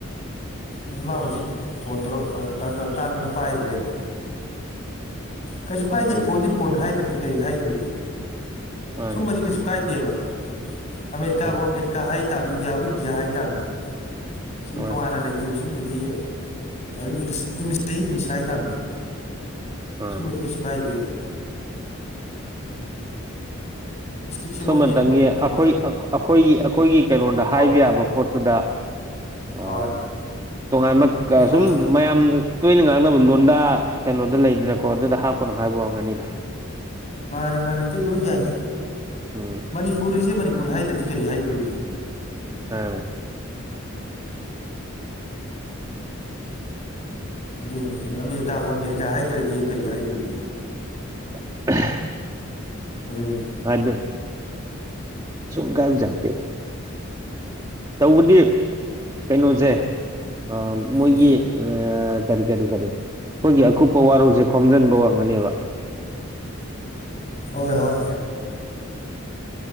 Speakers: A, on the left; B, on the right.
A: ꯑꯗꯨ ꯃꯥ ꯍꯧꯖꯤꯛ ꯐꯣꯟ ꯇꯔꯨꯛ ꯑꯥ ꯇꯧꯔꯛ ꯀꯥꯟꯗꯅ ꯄꯥꯏꯗ꯭ꯔꯦꯕ ꯀꯩꯁꯨ ꯀꯥꯏꯗꯦ
B: ꯎꯝ
A: ꯐꯣꯟꯗꯤ ꯐꯣꯟ ꯍꯥꯏꯗ꯭ꯔꯗꯤ ꯀꯩ ꯍꯥꯏꯗꯧꯔꯤꯒꯦ
B: ꯃꯥꯅꯦ
A: ꯁꯨꯝꯃꯗꯤ ꯀꯩꯁꯨ ꯀꯥꯏꯗꯦꯕ ꯑꯃꯦꯔꯤꯀꯥꯕꯨ
B: ꯎꯝ
A: ꯑꯃꯦꯔꯤꯀꯥ ꯍꯥꯏꯇꯥꯥꯝꯅꯤ ꯏꯟꯗꯤꯌꯥꯕꯨ ꯏꯟꯗꯤꯌꯥ ꯍꯥꯏ ꯇꯥꯝꯅꯤ ꯁꯤ
B: ꯃꯥꯅꯦ
A: ꯇꯣꯉꯥꯟꯅ ꯂꯩꯇꯦꯕ ꯁꯨꯝꯕꯗꯤ ꯑꯗꯨꯝ ꯏꯪꯂꯤꯁꯇꯤ ꯏꯪꯂꯤꯁ ꯍꯥꯏꯇꯥꯥꯕꯅꯤ
B: ꯃꯥꯅꯦ
A: ꯁꯨꯝꯃꯕꯗꯤ ꯀꯩꯁꯨ ꯀꯥꯏꯗꯦꯕ ꯏꯁꯇ꯭ꯔꯤꯛꯁꯦ
B: ꯁꯨꯝꯃꯇꯪꯒꯤ
A: ꯃꯣꯏꯅ ꯍꯦꯟꯅ ꯑꯣꯏꯍꯟꯕꯅꯦ
B: ꯑꯩꯈꯣꯏ
A: ꯈꯜ
B: ꯑꯩꯈꯣꯏꯒꯤ ꯑꯩꯈꯣꯏꯒꯤ ꯀꯩꯅꯣꯗ
A: ꯍꯣꯏ
B: ꯍꯥꯏꯕ ꯌꯥꯕ ꯄꯣꯠꯇꯨꯗ ꯑꯥ
A: ꯍꯣꯏ
B: ꯇꯣꯉꯥꯟꯕ
A: ꯑꯗꯨꯒꯤ
B: ꯀꯁꯨꯝ
A: ꯋꯥꯅꯤꯗ
B: ꯃꯌꯥꯝꯗ ꯇꯣꯏꯅ ꯉꯥꯡꯅꯕ ꯂꯣꯟꯗ ꯀꯩꯅꯣꯗ ꯂꯩꯗꯅꯀꯣ ꯑꯗꯨꯗ ꯍꯥꯞꯄꯅꯣ ꯍꯥꯏꯕ ꯑꯣꯏꯔꯝꯒꯅꯤꯗ
A: ꯃꯥꯅꯦ ꯃꯥꯅꯦ ꯑꯇꯩ ꯂꯣꯢ ꯌꯥꯢꯍꯦ
B: ꯎꯝ
A: ꯃꯅꯤꯄꯨꯔꯤꯁꯦ ꯃꯅꯤꯄꯨꯔ ꯍꯥꯏꯗ꯭ꯔꯗꯤ ꯀꯔꯤ ꯍꯥꯏꯗꯣꯔꯤꯒꯦ
B: ꯑꯥ
A: ꯑꯗꯨꯅꯤ ꯀꯩꯅꯣ ꯑꯃꯦꯔꯤꯀꯥꯕꯨ ꯑꯃꯦꯔꯤꯀꯥ ꯍꯥꯏꯗ꯭ꯔꯗꯤ ꯀꯔꯤ ꯍꯥꯏꯗꯨꯔꯤꯒꯦ
B: <inaudible>
A: ꯑꯗꯨꯅꯦ
B: <inaudible> ꯆꯨꯝ ꯀꯥꯢꯕꯖꯛ ꯅꯠꯇꯦ ꯇꯧꯕꯗꯤ ꯀꯩꯅꯣꯁꯦ ꯑ
A: ꯎꯝ
B: ꯃꯣꯏꯒꯤ ꯑꯦ ꯀꯔꯤ ꯀꯔꯤ ꯀꯔꯤ ꯑꯈꯣꯏꯒꯤ ꯑꯀꯨꯞꯄ ꯋꯥꯔꯣꯜꯁꯦ ꯈꯣꯝꯖꯟꯕ ꯑꯣꯏꯔꯝꯒꯅꯦꯕ
A: ꯍꯣꯏ ꯍꯣꯏ